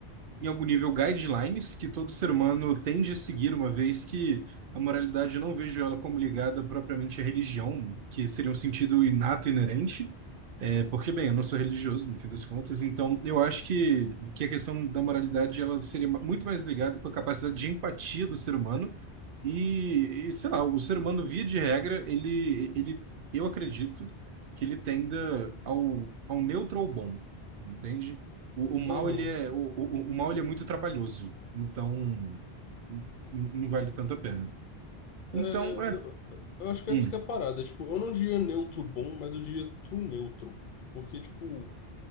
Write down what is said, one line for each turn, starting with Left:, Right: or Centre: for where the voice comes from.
Right: em algum nível, guidelines que todo ser humano tende a seguir, uma vez que a moralidade eu não vejo ela como ligada propriamente à religião, que seria um sentido inato, e inerente, é, porque, bem, eu não sou religioso, no fim das contas, então eu acho que, que a questão da moralidade ela seria ma- muito mais ligada com a capacidade de empatia do ser humano e, e, sei lá, o ser humano, via de regra, ele, ele, eu acredito que ele tenda ao, ao neutro ou bom, entende? O, o mal
Left: Aham.
Right: ele é o, o, o mal ele é muito trabalhoso, então n- n- não vale tanto a pena. Então,
Left: É, eu,
Right: é.
Left: eu acho que
Right: hum.
Left: essa que é a parada. Tipo, eu não diria neutro bom, mas eu diria true neutro. Porque, tipo,